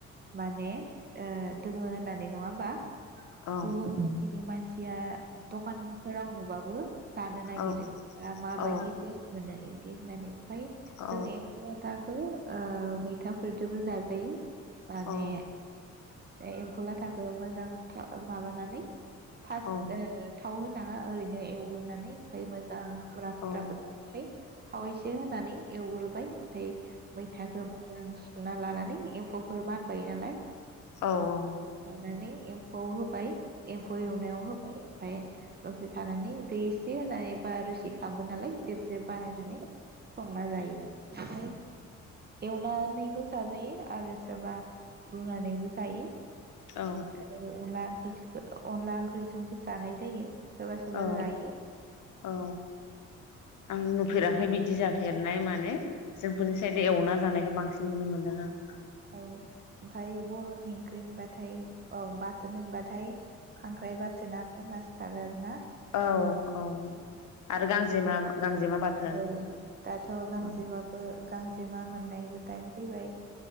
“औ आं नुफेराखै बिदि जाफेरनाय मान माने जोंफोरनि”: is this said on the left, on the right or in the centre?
Left